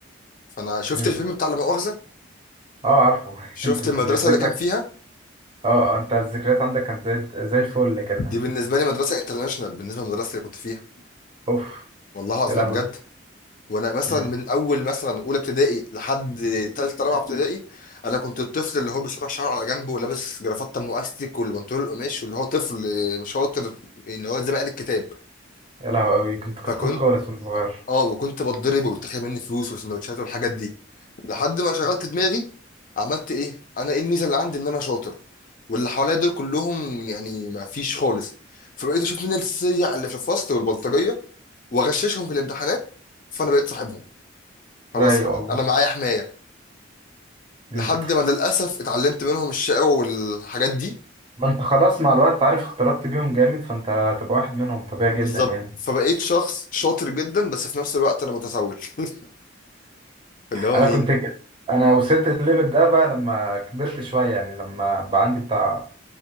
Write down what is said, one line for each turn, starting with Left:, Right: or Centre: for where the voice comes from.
Left: فانا شفت
Right: امم
Left: الفيلم بتاع لا مؤاخذه
Right: اه عارفه <laughs>
Left: شفت
Right: انت انت
Left: المدرسه
Right: ذكرياتك
Left: اللي كان فيها
Right: اه آه، انت الذكريات عندك كانت زي زي الفل كده
Left: دي بالنسبه لي مدرسه انترناشونال بالنسبه للمدرسه اللي كنت فيها
Right: <laughs> اوف
Left: والله العظيم
Right: يا لهوي
Left: بجد وانا مثلا
Right: امم
Left: من اول مثلا اولى ابتدائي لحد ثالثه رابعه ابتدائي انا كنت الطفل اللي هو بيشرح شعره على جنبه ولابس جرافته ام الاستيك والبنطلون القماش واللي هو طفل مش شاطر اللي هو زي ما قال الكتاب
Right: يا لهوي قوي كنت كتكوت
Left: فكنت
Right: خالص وانت صغير
Left: اه وكنت بتضرب وبيتاخد مني فلوس وسندوتشات والحاجات دي لحد ما شغلت دماغي عملت ايه انا ايه الميزه اللي عندي ان انا شاطر واللي حواليا دول كلهم يعني ما فيش خالص فبقيت اشوف مين السيع اللي في الفصل والبلطجيه واغششهم في الامتحانات فانا بقيت صاحبهم خلاص
Right: رايق
Left: انا
Right: والله
Left: انا معايا حمايه
Right: امم
Left: لحد ما للاسف اتعلمت منهم الشقاوه والحاجات دي
Right: فانت خلاص مع الوقت عارف اختلطت بيهم جامد فانت هتبقى واحد منهم طبيعي
Left: بالظبط
Right: جدا يعني
Left: فبقيت شخص شاطر جدا بس في نفس الوقت انا متسول <laughs> اللي هو
Right: انا
Left: مين
Right: كنت ك- انا وصلت الليفل ده بقى لما كبرت شويه يعني لما بقى عندي بتاع